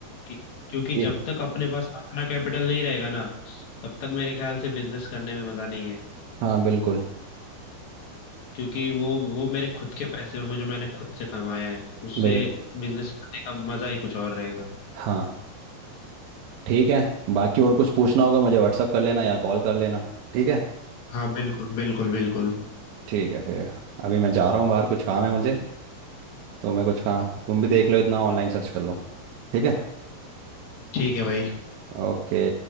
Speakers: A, on the left; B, on the right.
A: कि- क्योंकि
B: ये
A: जब तक अपने पास अपना कैपिटल नहीं रहेगा ना तब तक मेरे ख्याल से बिजनेस करने में मजा नहीं है
B: हाँ बिल्कुल
A: क्योंकि वो वो मेरे खुद के पैसे होंगे जो मैंने खुद से कमाए हैं उससे
B: बिल्कुल
A: बिजनेस करने का मजा ही कुछ और रहेगा
B: हाँ ठीक है बाकी और कुछ पूछना होगा मुझे व्हाट्सअप कर लेना या कॉल कर लेना ठीक है
A: हाँ बिल्कुल बिल्कुल बिल्कुल
B: ठीक है फिर अभी मैं जा रहा हूँ बाहर कुछ काम है मुझे तो मैं कुछ काम तुम भी देख लो इतना ऑनलाइन सर्च कर लो ठीक है
A: ठीक है भाई
B: ओके